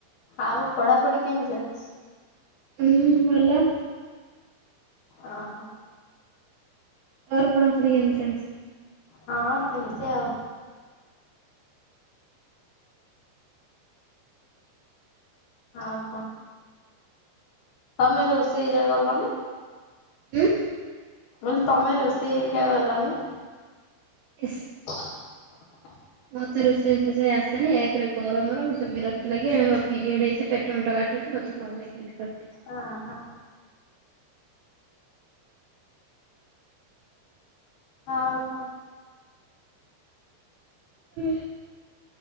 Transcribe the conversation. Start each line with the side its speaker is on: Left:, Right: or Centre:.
Left: ଆଉ ପଢାପଢି କେମିତି ଚାଲିଛି?
Right: ହୁଁ ଭଲ।
Left: ଅ ହଁ।
Right: ତୋର ପଢା ପଢ଼ି କେମିତି ଚାଲିଛି?
Left: ହଁ ସେମିତି ଆଉ। ଆଉ କଣ? ତମେ ରୋଷେଇରେ ଗଲନି।
Right: ଉଁ
Left: କହିଲି ତମେ ରୋଷେଇ ହେରିକା ଗଲନି।
Right: ଇସ୍
Left: <inaudible>
Right: ମୋତେ ରୋଷେଇ ଫୋଷେଇ ଆସେନି। ଏକରେ ଗରମର ମତେ ବିରକ୍ତ ଲାଗେ, ଏଣେ ମୋର ପିରିୟଡ଼ ହେଇଛି ଯେ ପେଟ ଫେଟ କାଟୁଛି ମତେ ଭଲ ଲାଗେନି
Left: ଅ ହଁ। ଆଉ କଣ?
Right: <unintelligible>